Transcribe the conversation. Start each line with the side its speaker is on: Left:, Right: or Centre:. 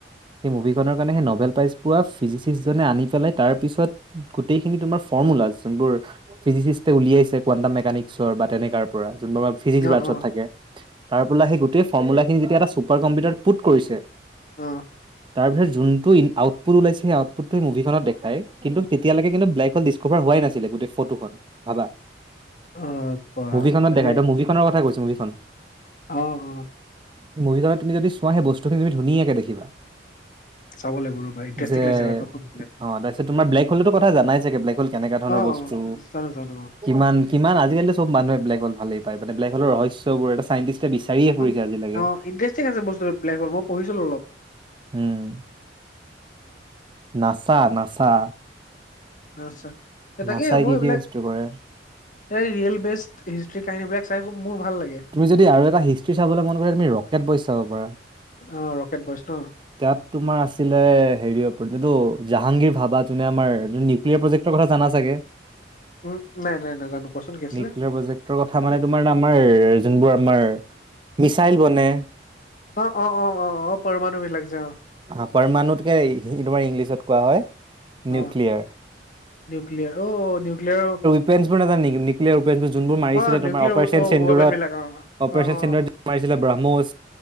Right: সেই মুভিখনৰ কাৰণে সেই নভেল প্ৰাইজ পোৱা ফিজিচিষ্টজনে আনি পেলাই তাৰ পিছত গোটেইখিনি তোমাৰ ফৰ্মুলা যোনবোৰ ফিজিচিষ্টে উলিয়াইছে কোৱাণ্টাম মেকানিকছৰ বা তেনেকাৰ পৰা যোনবোৰ ফিজিক্স
Left: অ',
Right: বাৰছত থাকে তাৰ পৰা সেই গোটেই ফৰ্মুলাখিনি যেতিয়া এটা ছুপাৰ কম্পিউটাৰত পুট কৰিছে
Left: অ
Right: তাৰপিছত যোনটো আউটপুট ওলাইছে সেই আউটপোটটোৱে মুভিখনত দেখাই কিন্তু তেতিয়ালৈকে কিন্তু বিল্লেগ হ'ল ক'বাৰ হোৱাই নাছিলে গোটেই ফটোখন ভাবা।
Left: অ', বা
Right: মুভিখনত
Left: বেলেগ
Right: দেখাই ত মুভি খনৰ কথা কৈছো মুভিখন-
Left: অ অ
Right: মভিখনত তুমি যদি চোৱা সেই বস্তুখিনি তুমি ধুনিয়াকে দেখিবা
Left: চাব লাগব ৰ ভাই ইণ্টাৰেষ্টিং
Right: যে
Left: লাগলে -
Right: অ তাৰপিছত তোমাৰ ব্লেক হোলতো কথা জানাই চাগে ব্লেগ হল কেনেকা ধৰণৰ
Left: অ',
Right: বস্তু?
Left: অ', জানো জানো
Right: কিমান কিমান আজিকালি চব মানুহে ব্লেক হল ভালেই পায় মান ব্লেক হল ৰহস্যবোৰ এ সাইন্তিষ্ট তেয়া বিচাৰিয়ে
Left: অ',
Right: পৰিছে আজিলৈকে
Left: অ', ইণ্টাৰেষ্টিং আ বস্তুটো ব্লে হ'লই পঢ়িসিলো অলপ
Right: উম নাচা নাচা
Left: আচছা তাকে
Right: নাছাই
Left: মই
Right: কি
Left: এইবিলাক-
Right: কি বস্তু কৰে
Left: এই ৰিয়েল বেষ্ট হিষ্টি কাহিনী বিলাক চাই খুব মোৰ ভাল লাগে
Right: তুমি যদি আৰু এটা হিষ্ট্ৰ্ৰী চাবলৈ মন কৰে তুমি ৰকেট বইচ চাব পাৰা
Left: অ', ৰকেট বইচ ন
Right: নাম তোমাৰ আছিলে হেৰি অপটো জাহাংগীৰ ভাবা যোনে আমাৰ নিউক্লিয়াৰ প্ৰজেক্তৰ কথা জনা ছাগে?
Left: উম নাই নাই নাই নাজানো কোৱাচোন কি আছিলে
Right: নিউক্লিয়াৰ প্ৰজেক্টৰ কথা মানে তোমাৰ আমাৰ যোনবোৰ আমাৰ মিছাইল বনে
Left: অ অ অ অ অ পৰমানাণৱী লাক যে অ
Right: অ পৰমাণুতকে তোমাৰ ইংলিছত কোৱা হয়
Left: অ',
Right: নিউক্লিয়াৰ
Left: নিউক্লিয়াৰ অ নিউক্লিয়াৰ
Right: ৰেন নজনা নেকি নিক্লিয়াৰ যোনবোৰ মাৰিছিলে
Left: অ নিউক্লিয়াৰ
Right: তোমাৰ অপাৰচন চেন্দডুৰত
Left: ৱেপন বিলাক অ
Right: অপাৰেচন
Left: অ অ
Right: মাৰিছিলে ব্ৰাহ্মোচ